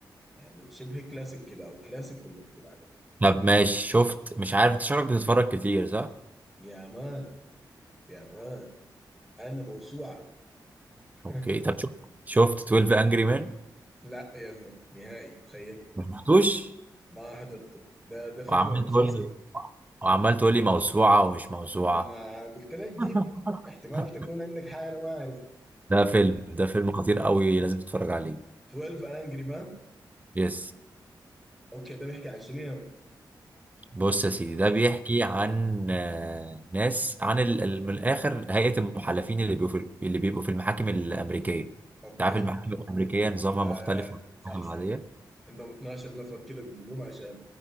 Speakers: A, in the centre; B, on the right.
A: يعني شبه كلاسيك كده او كلاسيك تقدر تقول عليه
B: طب ماشي شفت مش عارف انت شكلك بتتفرج كتير صح
A: يا مان يا مان انا موسوعه <laughs>
B: اوكي طب شفت شفت 12 انجري مان
A: لا يلا نهائي تخيل
B: ما شفتوش
A: ما حضرته ده ده فيلم
B: وعمال
A: ولا مسلسل
B: تقول لي وعمال تقول لي موسوعه ومش موسوعه
A: ما قلت لك جيب
B: <laughs>
A: احتمال تكون عندك حاجه انا ما اعرفها
B: ده فيلم ده فيلم خطير قوي لازم تتفرج عليه
A: 12 انجري مان
B: يس
A: اوكي ده بيحكي عن شنو يا-
B: بص يا سيدي ده بيحكي عن آه، ناس عن ال... ال- من الاخر هيئة المحلفين اللي بيبقوا في... اللي بيبقوا في المحاكم الأمريكية
A: اوكي
B: انت عارف المحاكم الأمريكية نظامها
A: آه
B: مختلف عن
A: صح
B: المحاكم
A: صح
B: العادية
A: عندهم 12 نفر كده بيجيبوهم عشان